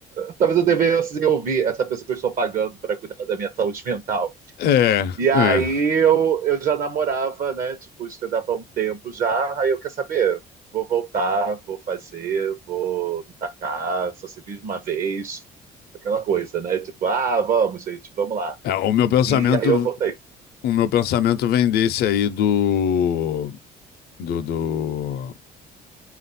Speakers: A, on the right; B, on the left.
A: Talvez eu devesse ouvir essa pessoa que eu estou pagando pra cuidar da minha saúde mental.
B: É,
A: E aí
B: é.
A: eu, eu já namorava, né? Tipo, stand-up há um tempo já. Aí eu quer saber, vou voltar, vou fazer, vou me tacar, só se vive uma vez, aquela coisa, né? Tipo, ah, vamos, gente, vamos lá.
B: É, o meu pensamento,
A: E aí eu voltei.
B: o meu pensamento vem desse aí do, do, do,